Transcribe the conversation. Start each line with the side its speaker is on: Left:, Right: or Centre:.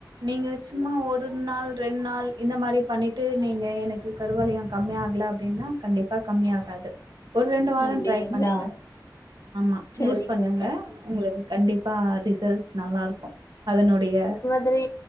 Right: நீங்க சும்மா ஒரு உன் நாள் ரெண்டு நாள் இந்த மாரி பண்ணிட்டு நீங்க எனக்கு கருவளயோ கம்மி ஆக்ல அப்டின்னா கண்டிப்பா கம்மி ஆகாது ஒரு ரெண்டு வாரோ
Left: அப்டிங்களா?
Right: ட்ரை பண்ணுங்க ஆமா
Left: சரிங்கக்கா.
Right: யூஸ் பண்ணுங்க உங்களுக்கு கண்டிப்பா அ ரிசல்ட்ஸ் நல்லாருக்கு அதனுடைய
Left: செரி